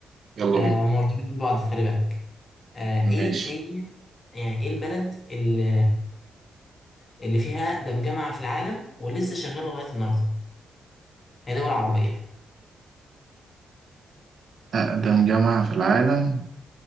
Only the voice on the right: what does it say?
يلا
بينا
ماشي
أقدم جامعة في العالم